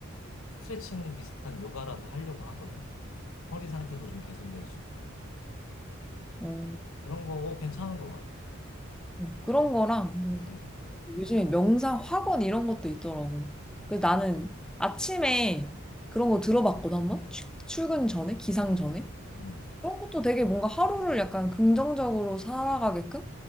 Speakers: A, on the left; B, in the centre.
A: 스트레칭 비슷한 요가라도 하려고 하거든. 허리 상태도 좀 개선될 수 있게.
B: 어,
A: 그런 거 어, 괜찮은 것 같아.
B: 어, 그런 거랑, 뭐
A: 응,
B: 요즘에 명상 학원 이런 것도 있더라고. 그래서 나는 아침에 그런 거 들어봤거든, 한번? 추- 출근 전에? 기상
A: 응,
B: 전에?
A: 응.
B: 그런 것도 되게 뭔가 하루를 약간 긍정적으로 살아가게끔?